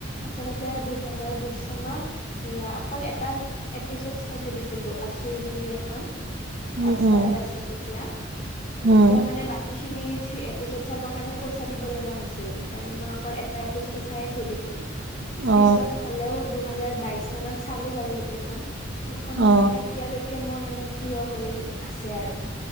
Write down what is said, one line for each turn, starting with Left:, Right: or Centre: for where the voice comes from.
Left: আচলতে দুইহেজাৰ বিশ চনত এয়া অকল এটা এপিছড চাই থৈ দিছিলো, আচুৰ বুলি এখন। হটষ্টাৰত
Right: উম উম
Left: আছিল তেতিয়া।
Right: উম
Left: তেতিয়া মানে বাকীখিনি থী এপিচড চাবৰ কাৰণে পইচা দিব লগা হৈছিল। সেইকাৰণে মই অকল এটা এপিচড চায়েই থৈ দিছিলো। পিছত
Right: অ
Left: হ'লেও দুহেজাৰ বাইশ মানত চালো বাৰু গোটেইখন। সেইখন
Right: অ
Left: মানে এতিয়ালৈকে মোৰ মানে প্ৰিয় হৈ আছে আৰু।